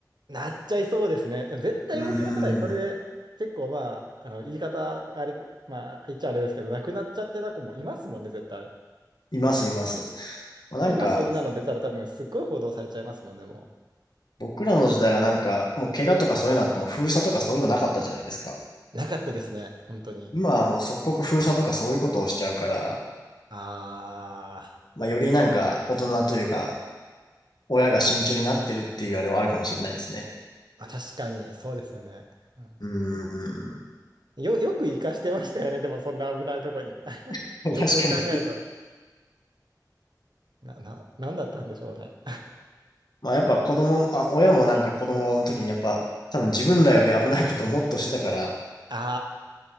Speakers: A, on the right; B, on the left.
A: なっちゃいそうですね。でも絶対僕ら世代、
B: う
A: それで結構まあ、
B: ーん。
A: あの言い方、あれまあ、言っちゃあれですけど、なくなっちゃってた子もいますもんね、絶対。
B: います、います。まあ、なんか、
A: 今そんなの出たら多分すっごい報道されちゃいますもんね、も
B: 僕らの時代はなんか、もう怪我とかそういうのあっても封鎖とかそういうのなかったじゃないですか。
A: う。なかったですね、本当に。
B: 今はもう即刻封鎖とかそういうことをしちゃうから、
A: あー、
B: まあ、よりなんか大人というか、親が慎重になってるっていうあれはあるかもしれないですね。
A: まあ、確かに、そうですよね。うん
B: うーん。
A: よ、よく生かしてましたよね、でもそんな危ないとこに。<laughs>
B: <laughs>
A: よくよく考えたら。
B: 確かに。
A: な、な、なんだったんでしょうね。
B: まあやっぱ子供、あ、親もなんか子供の時にやっぱ多分自分らより危ないことをもっとしてたからっ
A: あ